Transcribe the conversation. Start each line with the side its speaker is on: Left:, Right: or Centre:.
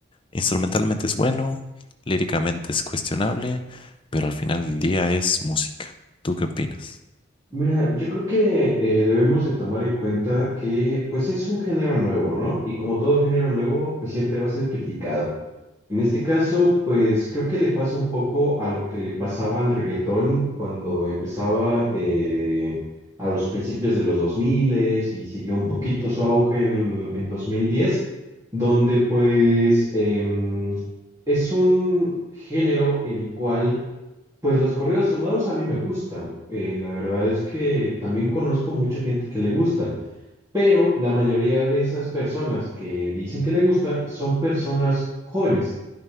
Left: instrumentalmente es bueno, líricamente es cuestionable, pero al final del día es música. ¿Tú qué opinas?
Right: Mira, yo creo que eh, debemos de tomar en cuenta que pues es un género nuevo, ¿no? Y como todo género nuevo, pues siempre va a ser criticado. En este caso, pues creo que le pasa un poco a lo que le pasaba al reggaetón cuando empezaba eh, a los principios de los 2000 y siguió un
Left: Mm.
Right: poquito su auge en, en 2010, donde pues em, es un género el cual Pues los corridos tomados a mí me gustan. eh, la verdad es que también conozco mucha gente que le gusta, pero la mayoría de esas personas que dicen que le gusta son personas jóvenes